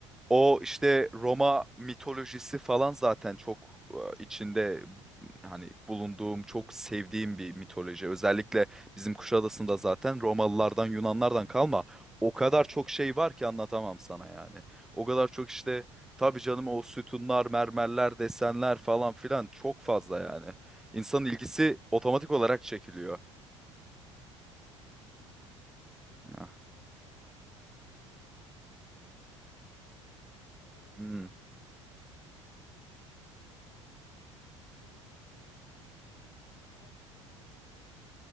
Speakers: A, in the centre; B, on the left.
A: o, işte, Roma mitolojisi falan zaten çok, ııı, içinde, hani, bulunduğum, çok sevdiğim bir mitoloji. Özellikle bizim Kuşadası'nda zaten Romalılardan, Yunanlardan kalma o kadar çok şey var ki anlatamam sana, yani. O kadar çok,
B: Hadi
A: işte,
B: ya.
A: tabii canım o sütunlar,
B: Çok iyi.
A: mermerler, desenler falan filan çok fazla, yani. İnsanın ilgisi otomatik olarak çekiliyor.
B: <laughs> Ya ben işte
A: Ah.
B: böyle e, mesela tablo araştırmayı falan çok severim bu arada. Tabloların
A: Hımm.
B: mesela üzerine incelemesinin yazıldığı şey kitapları okurum falan. Lisedeyken falan özellikle çok okurdum. Şu aralar çok zamanım olmuyor da.